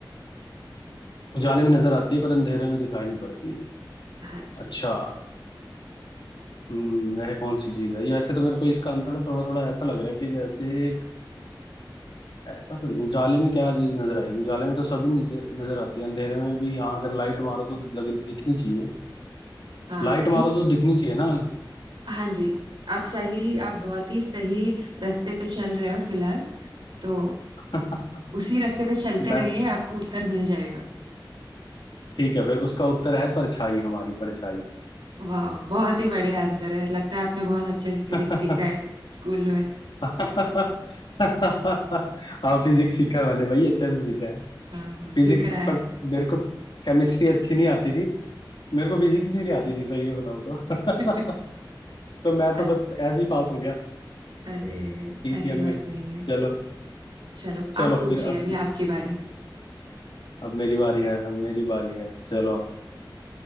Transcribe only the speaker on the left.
उजाले में नजर आती है पर अंधेरे में दिखाई नहीं पड़ती
अच्छा हम्म वह कौन सी चीज है ये वैसे तो मेरे को इसका आंसर ना थोड़ा थोड़ा ऐसा लग रहा है कि जैसे एक- ऐसा तो नहीं उजाले में क्या चीज नजर आएगी उजाले में तो सभी नजर नजर आती है अंधेरे में भी हाँ अगर लाइट मारो तो लग दिखनी चाहिए
लाइट
मारो तो दिखनी चाहिए ना
<laughs>
मैं
ठीक है फिर उसका उत्तर है परछाई हमारी परछाई
<laughs>
<laughs> हाँ फिजिक्स सीखा है मैंने भाई अच्छे से सीखा है
फिजिक्स
पर मेरे को केमिस्ट्री अच्छी नहीं आती थी मेरे को फिजिक्स भी नहीं आती थी सही में बताऊँ तो
<laughs> तो मैं तो
बस ऐसे ही पास हो गया
पीसीएम
में
चलो
चलो
फिर अब
अब मेरी बारी है अब मेरी बारी है चलो